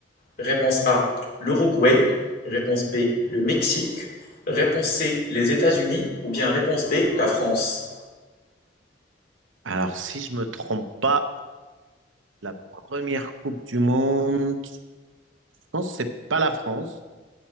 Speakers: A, on the left; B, on the right.
A: Réponse A, l'Uruguay. Réponse B, le Mexique. Réponse C, les États-Unis. Ou bien réponse D, la France.
B: Alors, si je me trompe pas, la première Coupe du Monde, je pense que c'est pas la France.